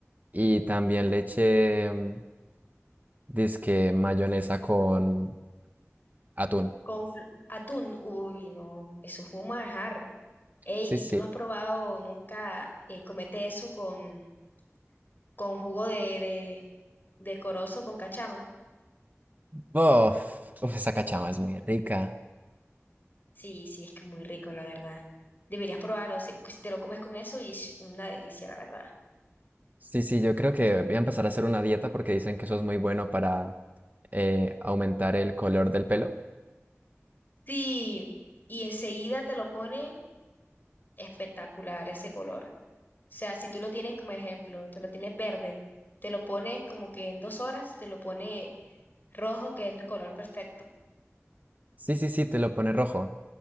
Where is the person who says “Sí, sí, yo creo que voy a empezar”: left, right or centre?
Right